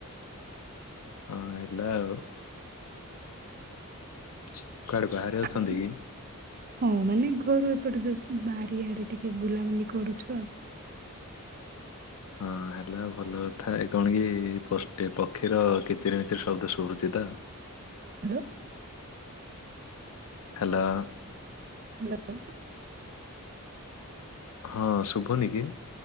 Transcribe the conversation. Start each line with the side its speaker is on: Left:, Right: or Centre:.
Left: ହଁ ହେଲା ଆଉ କୁଆଡେ ବାହାରେ ଅଛନ୍ତି
Right: ଆଉ
Left: କି?
Right: ହଁ ମାନେ ଘରୁ ଏପଟେ ଜଷ୍ଟ ବାରି ଆଡ ଟିକେ ବୁଲାବୁଲି କରୁଛୁ ଆଉ।
Left: ହଁ ହେଲା ଭଲ କଥା ଏ କଣ କି ଏ ପକ୍ଷୀର କିଚିରି ମିଚିରି ଶବ୍ଦ ଶୁଭୁଛି ତ।
Right: ହ୍ୟାଲୋ।
Left: ହ୍ୟାଲୋ।
Right: ହ୍ୟାଲୋ।
Left: ହଁ, ଶୁଭୁନି କି?